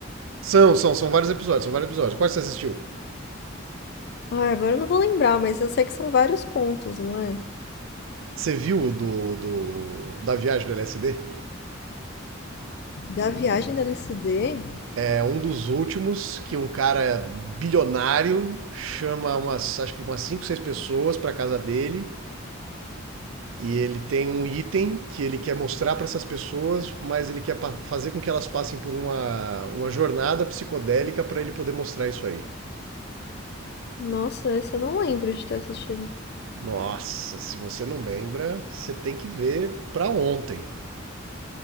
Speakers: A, on the right (about 70°); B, on the left (about 55°).
A: São, são, são vários episódios, são vários episódios. Quais que você assistiu?
B: Ah, agora eu não vou lembrar, mas eu sei que são vários contos, não é?
A: Você viu o do, do, da viagem do LSD?
B: Da viagem da LSD.
A: É um dos últimos que um cara bilionário chama umas, acho que umas 5 6 pessoas para casa dele e ele tem um item que ele quer mostrar para essas pessoas, mas ele quer fazer com que elas passem por uma, uma jornada psicodélica para ele poder mostrar isso aí.
B: Nossa, esse eu não lembro de ter assistido.
A: Nossa, se você não lembra, você tem que ver para ontem.